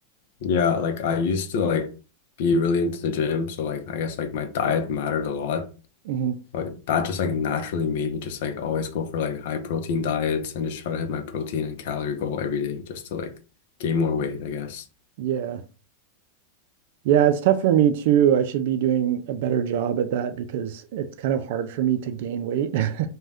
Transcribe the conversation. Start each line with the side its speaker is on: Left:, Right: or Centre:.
Left: yeah, like I used to like be really into the gym, so like I guess like my diet mattered a lot.
Right: hmm
Left: But that just like naturally made me just like always go for like high protein diets and just try to hit my protein and calorie goal every day just to like gain more weight, I guess.
Right: Yeah. Yeah, it's tough for me too. I should be doing a better job at that because it's kind of hard for me to gain weight. <laughs>